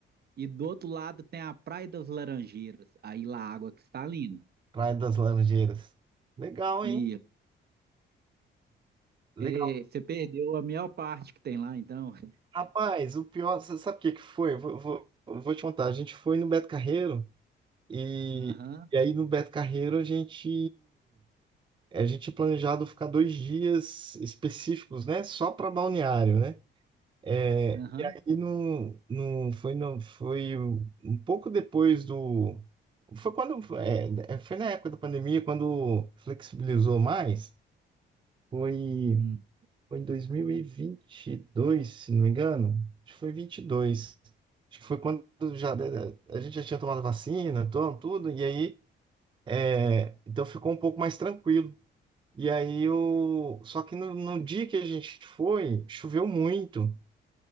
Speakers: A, on the right; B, on the right.
A: E do outro lado tem a Praia das Laranjeiras, aí lá a água cristalina.
B: Praia das Laranjeiras. Legal,
A: E
B: hein? Legal.
A: é, você perdeu a maior parte que tem lá, então.
B: Rapaz, o pior, você sabe o que que foi? Eu Vou, eu vou, eu vou te contar. A gente foi no Beto Carreiro e,
A: Aham,
B: e aí no Beto Carreiro a gente a gente tinha planejado ficar dois dias específicos, né? Só para balneário, né? É,
A: aham.
B: e aí no, no, foi, no, foi um pouco depois do. Foi quando. é, é, foi na época da pandemia, quando flexibilizou mais. Foi,
A: Hum,
B: foi em dois mil e e vinte e dois se não me engano. Acho que foi vinte e dois Acho que foi quando já, né, a gente já tinha tomado vacina, to- tudo, e aí. é, então ficou um pouco mais tranquilo. E aí o. Só que no, no dia que a gente foi, choveu muito.